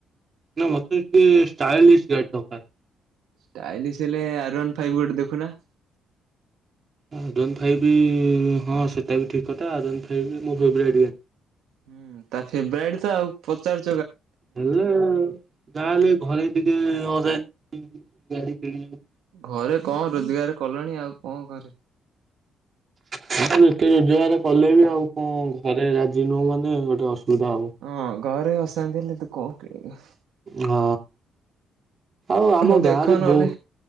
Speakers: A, on the right; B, on the right.
A: ନା ମତେ ଏତେ ଷ୍ଟାଇଲିସ ଗାଡି ଦରକାର।
B: ଷ୍ଟାଇଲିଶ ହେଲେ ଆରନ୍ ଫାଇଭ ଗୋଟେ ଦେଖୁନା?
A: ଆଜନ ଫାଇ ବି ହଁ ସେଟା ବି ଠିକ କଥା, ଆଜନ ଫାଇ ବି ମୁଁ ଭବିଲ ଟେ
B: ହୁଁ ତା ଫେବ୍ରାଇଡ ତ ଆଉ ପଚାରୁ
A: ହେଲେ ଗାଁ ହେଲେ ଘରେ ଟିକେ ଅ ଗାଡି କିଣିବା
B: ଘରେ କଣ ରୋଜଗାର କଲେଣି ଆଉ କଣ ଘରେ।
A: ହଁ ଏତେ ରୋଜଗାର କଲେ ବି ଆଉ କଣ ଘରେ ରାଜି ନୁହଁ ମାନେ ଗୋଟେ ଅସୁଧ ବଧାଅ ହେବ।
B: ହଁ ଘରେ ଆସନ୍ତି ହେଲେ ତୁ କଣ କିଣିବୁ?
A: ହଁ। ଆଉ ଆମ
B: ହଉ
A: ଗାଁ
B: ଦେଖ
A: ରେ
B: ନହେଲେ
A: ବହୁ